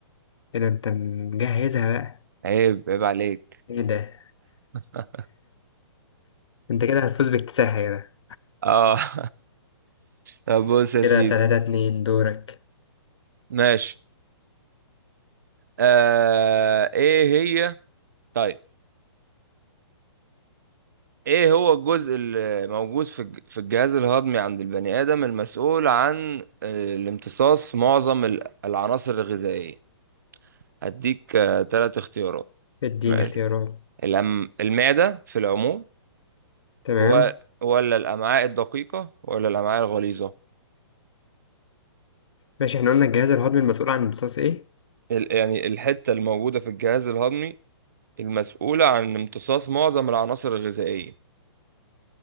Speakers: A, on the left; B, on the right.
A: كده انت مجهزها بقى
B: عيب عيب عليك
A: ايه ده
B: <laughs>
A: انت كده هتفوز باكتساح كده
B: اه <laughs> طب بص يا
A: كده
B: سيدي
A: تلاتة اتنين دورك
B: ماشي آه ايه هي طيب ايه هو الجزء اللي موجود في الج- في الجهاز الهضمي عند البني ادم المسؤول عن آه، الامتصاص معظم ال- العناصر الغذائية هديك آه، ثلاث اختيارات
A: اديني
B: ماشي
A: اختيارات
B: الأم... المعدة في العموم
A: تمام
B: و... ولا الأمعاء الدقيقة ولا الأمعاء الغليظة
A: ماشي احنا قلنا الجهاز الهضمي المسؤول عن امتصاص ايه؟
B: ال... يعني الحتة الموجودة في الجهاز الهضمي المسؤولة عن امتصاص معظم العناصر الغذائية